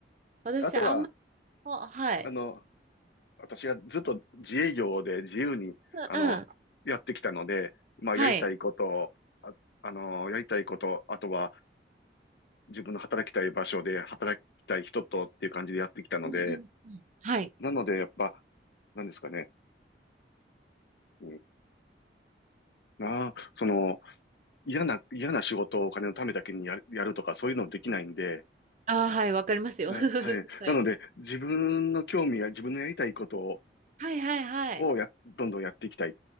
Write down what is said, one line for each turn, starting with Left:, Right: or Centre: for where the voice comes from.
Right: 私、
Left: あとは、
Right: あんまりも、はい。
Left: あの、私がずっと自営業で自由に、
Right: うん、
Left: あの、
Right: うん。
Left: やってきたので、まあ、
Right: はい。
Left: やりたいことを、あ、あの、やりたいこと、あとは自分の働きたい場所で働きたい人とっていう感じでやってきたので、
Right: うんうんうん。はい。
Left: なので、やっぱ、なんですかね。うん、まあ、その、嫌な、嫌な仕事をお金のためだけにや、やるとか、そういうのできないんで、
Right: ああ、はい、わかりますよ。
Left: あはい。
Right: <laughs> はい。
Left: なので、自分の興味や自分のやりたいことを、
Right: はい、はい、はい。
Left: をや、どんどんやっていきたいっ